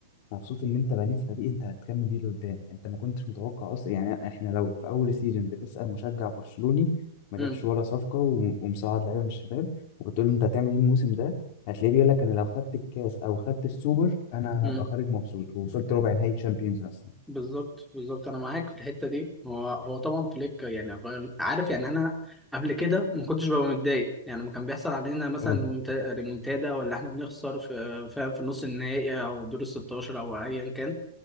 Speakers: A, on the left; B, in the centre.
A: مبسوط ان انت بنيت فريق انت هتكمل بيه لقدام انت ما كنتش متوقع اصلا يعني احنا لو في اول سيزون بتسأل مشجع برشلوني ما
B: مم.
A: جابش ولا صفقة و- ومصعد لعيبة من الشباب وبتقول له انت هتعمل ايه الموسم ده هتلاقيه بيقول لك انا لو خدت الكاس او خدت السوبر انا
B: مم.
A: هبقى خارج مبسوط ووصلت ربع نهائي تشامبيونز مثلا
B: بالظبط بالظبط انا معاك في الحته دي هو هو طبعا فليك يعني غير- عارف يعني انا قبل كده ما كنتش ببقى متضايق يعني لما كان بيحصل علينا مثلا
A: اه
B: ريمونتا- ريمونتادا ولا احنا بنخسر في فاهم في نص النهائي او دور ال 16 او ايا كان